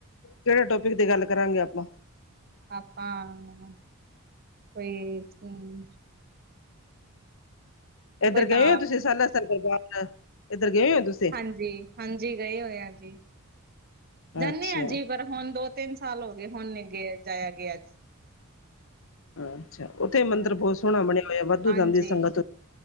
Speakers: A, on the left; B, on the right.
A: ਕਿਹੜੇ ਟੋਪਿਕ ਤੇ ਗੱਲ ਕਰਾਂਗੇ ਆਪਾਂ।
B: ਆਪਾਂ! ਕੋਈ ਹੂੰ
A: ਇੱਧਰ
B: ਕੋਈ
A: ਗਏ
B: ਤਾਂ
A: ਹੋ ਤੁਸੀਂ ਸਾਲਸਰ ਦਰਬਾਰ ਸਾਹਿਬ, ਇੱਧਰ ਗਏ ਹੋ ਤੁਸੀਂ?
B: ਹਾਂਜੀ -ਹਾਂਜੀ ਗਏ ਹੋਏ ਆਾਂ ਜੀ। ਜਾਂਨੇ
A: ਅੱਛਾ
B: ਹਾਂ ਜੀ, ਪਰ ਹੁਣ ਦੋ-ਤਿੰਨ ਸਾਲ ਹੋ ਗਏ, ਹੁਣ ਨੀਗੇ ਜਾਇਆ ਗਿਆ।
A: ਅੱਛਾ। ਉੱਥੇ ਮੰਦਿਰ
B: ਹਾਂ
A: ਬਹੁਤ ਸੋਹਣਾ ਬਣਿਆ ਹੋਇਆ। ਵਾਧੂ
B: ਹਾਂਜੀ
A: ਜਾਂਦੀ ਸੰਗਤ ਉ